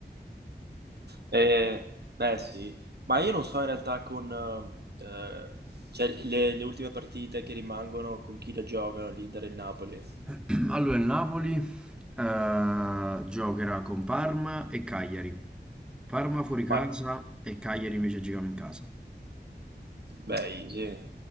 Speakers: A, on the right; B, in the centre.
A: Eh, beh sì, ma io non so in realtà con eh, cioè, le, le ultime partite che rimangono con chi le giocano, l'Inter e il Napoli.
B: <clears throat> Allora il Napoli eh, giocherà con Parma e Cagliari. Parma fuori casa
A: Par-
B: e Cagliari invece giochiamo in casa.
A: Beh, easy.